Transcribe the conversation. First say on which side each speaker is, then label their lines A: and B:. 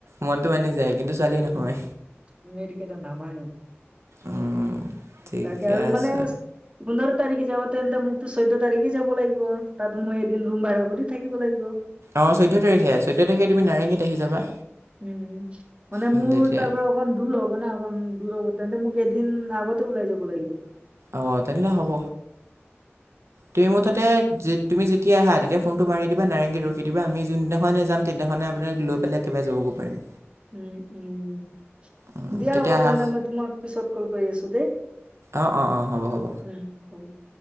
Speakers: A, on the right; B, on the right.
A: মনটো মানি যায় কিন্তু ছোৱালী নহয়
B: উম, ইহঁতি কেইটা নামানে।
A: উম ঠিকে
B: তাকে আৰু
A: আছে
B: মানে - পোন্ধৰ তাৰিখে যাবা তেন্তে মোকতো চৈধ্য তাৰিখে যাব লাগিব। তাত মই এদিন ৰুম ভাড়া কৰি থাকিব লাগিব।
A: অ', চৈধ্য তাৰিখে, চৈধ্য তাৰিখে তুমি নাৰেংগীত আহি যাবা।
B: উম উম, মানে
A: উম,
B: মোৰ
A: তেতিয়া
B: তাৰ পৰা - অকণ দূৰ হ'ব না অকণ? দূৰ হ'ব। তেন্তে, মোক এদিন আগতে ওলাই যাব লাগিলে।
A: অ'! তেনেহ'লে হ'ব।
B: <inaudible>
A: তুমি মুঠতে যে, তুমি যেতিয়া আহা, তেতিয়া ফোনটো মাৰি দিবা, নাৰেংগীত ৰখি দিবা, আমি যোনদিনাখনে যাম, <unintelligible> দিনাখনে আপোনাৰ লৈ পেলাই একবাৰে যাবগৈ পাৰিম।
B: উম, উম!
A: উম,
B: দিয়া
A: তেতিয়া
B: হ'ব
A: আহা
B: তেন্তে, মই তোমাক পিছত ক'ল কৰি আছোঁ দেই।
A: অ' অ' অ'! হ'ব, হ'ব।
B: <unintelligible>